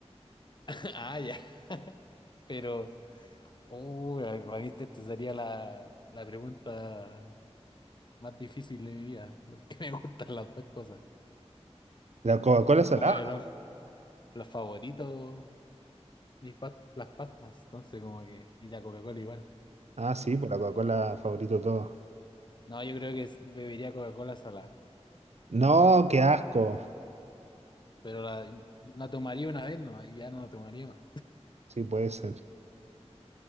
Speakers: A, on the left; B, on the right.
A: Ah, ya, pero... Oh, para mí esta esta sería la, la pregunta más difícil de mi vida, porque <laughs> me gustan las dos cosas.
B: La Coca-Cola
A: Son
B: salada.
A: como de los, los favoritos mis pas- las pastas, entonces como que, y la Coca-Cola igual.
B: Ah, sí, pues la Coca-Cola favorito de todos.
A: No, yo creo que s- bebería Coca-Cola salada,
B: No, qué asco.
A: pero la, la tomaría una vez nomás y ya no la tomaría más.
B: Sí, puede ser.